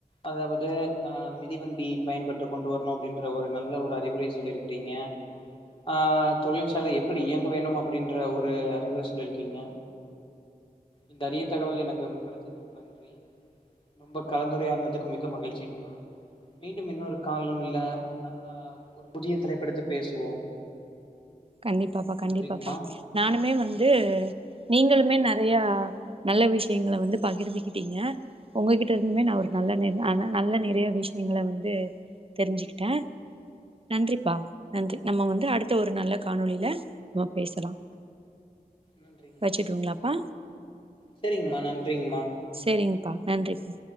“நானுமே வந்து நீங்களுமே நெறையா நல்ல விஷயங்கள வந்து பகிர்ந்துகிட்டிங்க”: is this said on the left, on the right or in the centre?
Right